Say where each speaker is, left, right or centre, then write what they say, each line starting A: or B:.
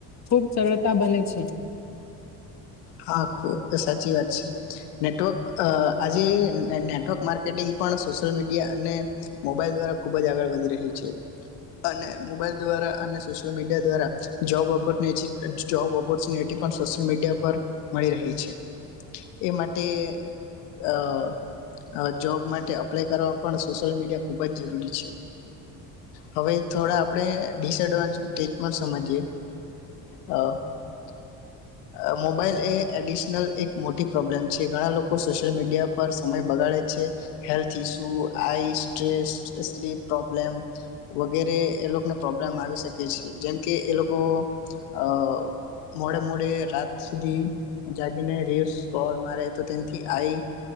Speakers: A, on the left; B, on the left.
A: ખૂબ સરળતા બને છે.
B: હા, ખુ સાચી વાત છે નેટવર્ક અ આજે ને નેટવર્ક માર્કેટિંગ પણ સોશલ મીડિયા અને મોબાઈલ દ્વારા ખૂબ જ આગળ વધી રહી છે. અને મોબાઈલ દ્વારા અને સોશયલ મીડિયા દ્વારા જોબ ઓપરનેચી જોબ ઓપરચ્યુનેટી પણ સોશયલ મીડિયા પર મળી રહી છે. એ માટે અ અ જોબ માટે અપ્લાય કરવા પણ સોશિયલ મીડિયા ખુબ જ જરૂરી છે. હવે થોડા આપણે ડિસએડવાન્જ સ્ટેજ પણ સમજીએ અ આ મોબાઈલ એ એડિશનલ એક મોટી પ્રોબ્લેમ છે. ઘણા લોકો સોશ્યલ મીડિયા પર સમય બગાડે છે health issue eye stress, sleep problem વગેરે એ લોકોને પ્રોબ્લેમ આવી શકે છે. જેમકે એ લોકો અ મોડે મોડે રાત સુધી જાગીને રેસ કોલ મારે તો તેનથી આઈ